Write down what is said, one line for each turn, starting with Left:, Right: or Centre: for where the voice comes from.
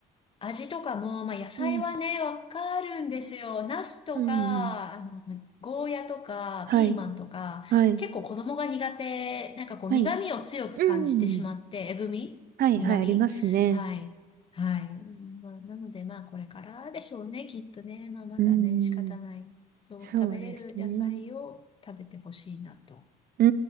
Left: 味とかも、まあ、野菜はね、
Right: うん。
Left: わかるんですよ。ナスとか、
Right: うん。
Left: あの、ゴーヤとか、
Right: はい。
Left: ピーマンとか、
Right: はい。
Left: 結構子供が苦手、なんかこう、
Right: はい。
Left: 苦味を強く感じてしまって、
Right: うん。
Left: えぐみ苦味はい。
Right: はい、はい、ありますね。
Left: はい。まあ、なので、まあ、これからでしょうね、きっとね。まあ、まだね、
Right: うーん、
Left: 仕方ない。そう、
Right: そうですね。
Left: 食べれる野菜を食べてほしいなと。
Right: うー